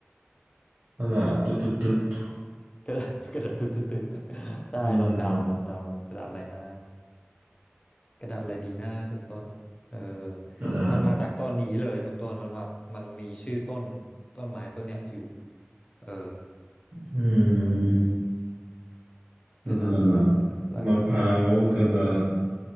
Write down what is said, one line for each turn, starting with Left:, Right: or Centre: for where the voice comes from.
Right: กระดาษตึ๊ดตึ๊ดตึ๊ด
Left: <laughs> กระดาษกระดาษตึ๊ดตึ๊ดตึ๊ดได้ลองเดาลองเดากระดาษอะไรนะ
Right: คืออะไรอะ
Left: กระดาษอะไรดีหน้าคุณต้นเออ
Right: กระดาษ
Left: มันมาจากต้นนี้เลยคุณต้นมันมามันมีชื่อต้นต้นไม้ต้นเนี้ยอยู่เออ
Right: อืมกระดาษ
Left: กระดาษอะไรกระดาษอะไร
Right: มะพร้าวกระดาษ